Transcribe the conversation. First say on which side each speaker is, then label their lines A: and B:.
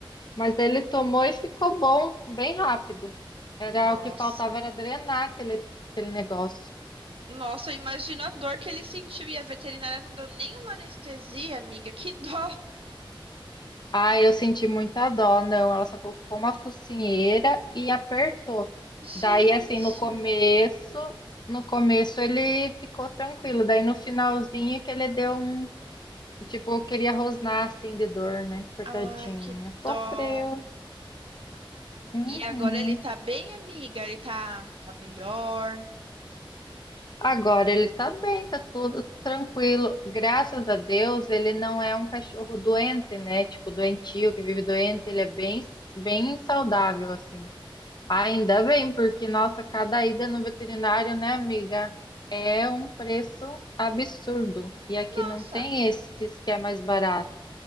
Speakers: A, on the left (about 50°); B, on the right (about 80°).
A: Mas ele tomou e ficou bom, bem rápido. Era
B: Nossa.
A: o que faltava era drenar aquele, aquele negócio.
B: Nossa, imagina a dor que ele sentiu e a veterinária não deu nenhuma anestesia, amiga. Que dó.
A: Ah, eu senti muita dó, não. Ela só colocou uma focinheira e apertou. Daí,
B: Gente.
A: assim, no começo, no começo ele ficou tranquilo. Daí no finalzinho que ele deu um, tipo, queria rosnar assim de dor, né? Coitadinho,
B: Ai, que
A: sofreu.
B: dó.
A: Uhum.
B: E agora ele tá bem, amiga? Ele tá, tá melhor.
A: Agora ele tá bem, tá tudo tranquilo. Graças a Deus, ele não é um cachorro doente, né? Tipo, doentio, que vive doente, ele é bem, bem saudável, assim. Ainda bem, porque, nossa, cada ida no veterinário, né, amiga, é um preço absurdo. E aqui
B: Nossa.
A: não tem esses que é mais barato.